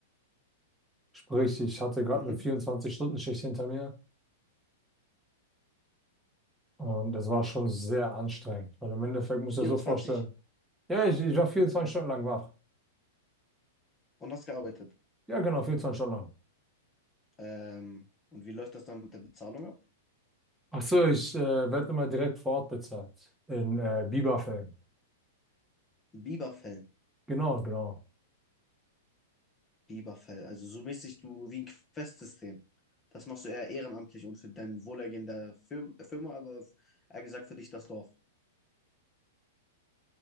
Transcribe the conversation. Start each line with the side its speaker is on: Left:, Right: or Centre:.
Centre: Sprich, ich hatte gerade
Left: mhm.
Centre: eine 24-Stunden-Schicht hinter mir. Und das war schon sehr anstrengend, weil im Endeffekt muss ich
Left: Vierundzwanzig.
Centre: dir so vorstellen, Ja, ich, ich war 24 Stunden lang wach.
Left: und hast gearbeitet.
Centre: Ja, genau, vierundzwanzig Stunden lang.
Left: Ähm, und wie läuft das dann mit der Bezahlung ab?
Centre: Ach so, ich äh, werde immer direkt vor Ort bezahlt. In äh, Bieberfällen.
Left: Biberfell.
Centre: Genau, genau.
Left: Biberfell. Also so mäßig du wie ein Questsystem. Das machst du eher ehrenamtlich und für dein Wohlergehen der Firm Firma, aber eher gesagt für dich das Dorf.